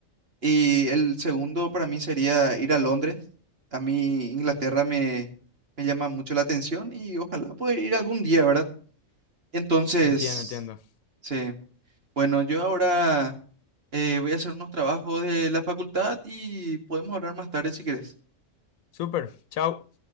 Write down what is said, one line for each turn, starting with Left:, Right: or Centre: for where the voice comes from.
Right: Y el segundo para mí sería ir a Londres. A mí Inglaterra me, me llama mucho la atención y ojalá poder ir algún día, ¿verdad? Entonces,
Left: Entiendo, entiendo.
Right: sí. Bueno, yo ahora eh, voy a hacer unos trabajos de la facultad y podemos hablar más tarde si quieres.
Left: Súper, chao.